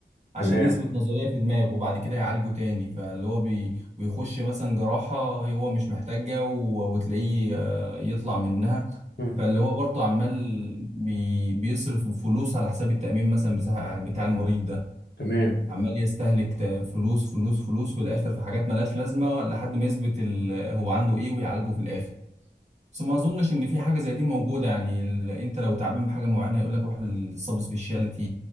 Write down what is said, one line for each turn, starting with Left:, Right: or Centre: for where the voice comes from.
Right: عشان
Left: تمام
Right: يثبت نظرية في دماغه وبعد كده يعالجه تاني فاللي هو بي بيخش مثلا جراحة هو مش محتاجها و- وتلاقيه آه، يطلع منها
Left: امم
Right: فاللي هو برضه عمال بي بيصرف فلوس على حساب التأمين مثلا بتاع بتاع المريض ده
Left: تمام
Right: عمال يستهلك ت- فلوس فلوس فلوس في الآخر في حاجات ملهاش لازمة لحد ما يثبت ال- هو عنده إيه ويعالجه في الآخر بس ما اظنش ان في حاجه زي دي موجوده يعني ال... انت لو تعبان بحاجه معينه يقول لك روح للسب سبيشاليتي